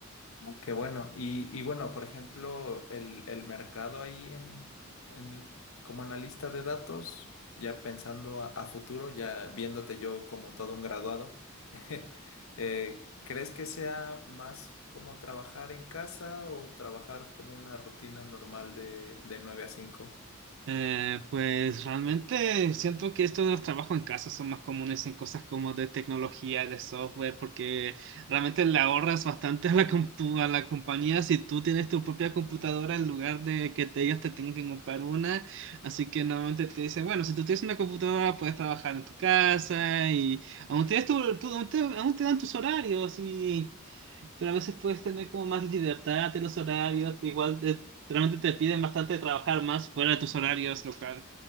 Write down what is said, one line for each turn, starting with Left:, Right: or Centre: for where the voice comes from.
Left: Qué bueno. Y, y bueno, por ejemplo, el, el mercado ahí en, en- como analista de datos, ya pensando a, a futuro, ya viéndote yo como todo un graduado, <laughs> eh, ¿crees que sea más como trabajar en casa o trabajar como una rutina normal de, de nueve a cinco
Right: Eh, pues realmente siento que esto de los trabajos en casa son más comunes en cosas como de tecnología, de software, porque realmente le ahorras bastante a la, compu- a la compañía si tú tienes tu propia computadora en lugar de que te, ellos te tengan que comprar una. Así que normalmente te dicen, bueno, si tú tienes una computadora puedes trabajar en tu casa y aún, tienes tu, tu- aún te, aún te dan tus horarios y... Pero a veces puedes tener como más libertad en los horarios, igual te- realmente te piden bastante trabajar más fuera de tus horarios, lo cual,